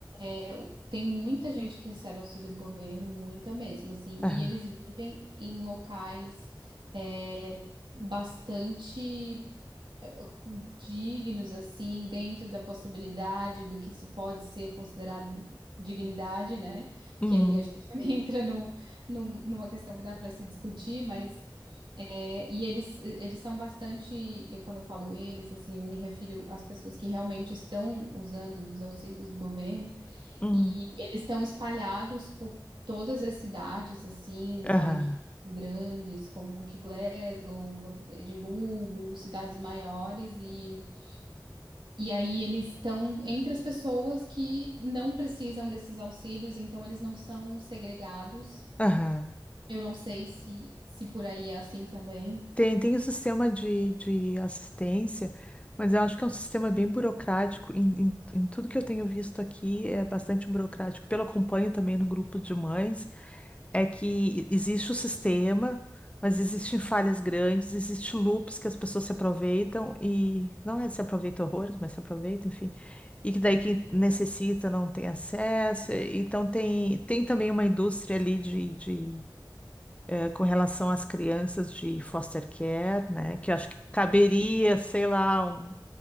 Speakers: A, on the right; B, on the left.
A: eu- Tem muita gente que recebe auxílio do governo, muita mesmo, assim,
B: aham.
A: e eles vivem em locais é, bastante é, dignos, assim, dentro da possibilidade do que se pode ser considerado dignidade, né?
B: Uhum,
A: Que aí a gente <laughs> também entra num, num- numa questão que dá para se discutir, mas é, e eles, eles são bastante, eu quando eu falo eles, assim, eu me refiro às pessoas que realmente estão usando dos auxílios do governo.
B: uhum,
A: E eles estão espalhados por todas as cidades, assim, falo
B: aham,
A: de grandes como que Glasgow, Edimburgo, cidades maiores, e, e aí eles estão entre as pessoas que não precisam desses auxílios, então eles não são segregados.
B: aham.
A: Eu não sei se, se por aí é assim também.
B: Tem, tem o sistema de, de assistência, mas eu acho que é um sistema bem burocrático. Em, em, em tudo que eu tenho visto aqui, é bastante burocrático. Pelo acompanho também no grupo de mães. é que existe o sistema, mas existem falhas grandes, existem loops que as pessoas se aproveitam e não é se aproveita horrores, mas se aproveita, enfim. E que daí quem necessita não tem acesso. e- Então tem, tem também uma indústria ali de, de eh, com relação às crianças de foster care, né? Que eu acho que caberia,
A: E,
B: sei lá, um